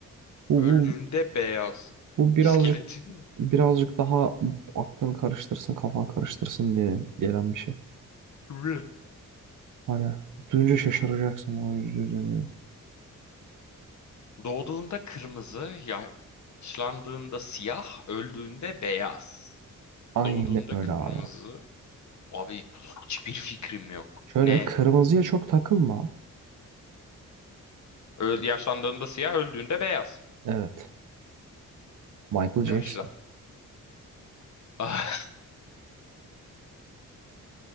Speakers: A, on the right; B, on the left.
A: Bu,
B: Öldüğünde
A: bu,
B: beyaz.
A: bu birazcık
B: İskeletin mi?
A: birazcık daha aklını karıştırsın, kafan karıştırsın diye gelen bir şey.
B: Kıvrı.
A: Hani duyunca şaşıracaksın ona yüzde yüz eminim.
B: Doğduğunda kırmızı, yaşlandığında siyah, öldüğünde beyaz.
A: Aynen
B: Doğduğunda
A: öyle
B: kırmızı.
A: abi.
B: Abi hiçbir fikrim yok.
A: Şöyle
B: Ne?
A: kırmızıya çok takılma.
B: Öl yaşlandığında siyah, öldüğünde beyaz.
A: Evet. Michael Jackson.
B: Yaşla. <laughs>